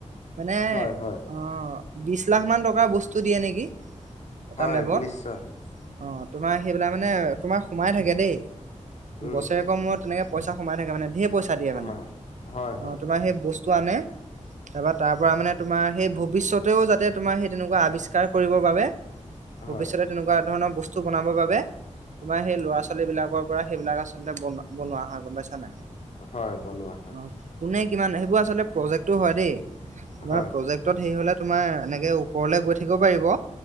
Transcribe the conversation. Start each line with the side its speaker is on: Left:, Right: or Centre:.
Right: মানে
Left: হয় হয়
Right: অ বিশ লাখ মান টকাৰ বস্তু দিয়ে নেকি এটা
Left: হয়
Right: লেবত?
Left: নিশ্চয়
Right: অ তোমাৰ সেইবিলাক মানে তোমাৰ সোমাই থাকে দেই,
Left: উম
Right: বছৰেকৰ
Left: উম
Right: মোৰ তেনেকে পইচা সোমাই থাকে মানে ধেৰ পইচা দিয়ে
Left: সোমাই
Right: মানে
Left: হয়
Right: অ,
Left: হয়
Right: তোমাৰ সেই বস্তু আনে, তাৰপাৰ পৰা মানে তোমাৰ সেই ভৱিষ্যতেও যাতে তোমাৰ সেই তেনেকুৱা আৱিষ্কাৰ কৰিবৰ বাবে
Left: হয়
Right: ভৱিষ্যতে তেনেকুৱা ধৰণৰ বস্তু বনাবৰ বাবে তোমাৰ সেই ল'ৰা-ছোৱালী বিলাকৰ পৰা সেইবিলাক আচলতে বন বনোৱা হয় গম পাইছা নাই?
Left: হয়, বনোৱা হয়।
Right: অ কোনে কিমান সেইবোৰ আচলতে প্ৰজেক্টটো হয় দেই, আমাৰ
Left: হয়
Right: জেক্তত হেৰু হ'লে তুমাৰ এনেক ওপৰলে গৈ থাকিব পাৰিব।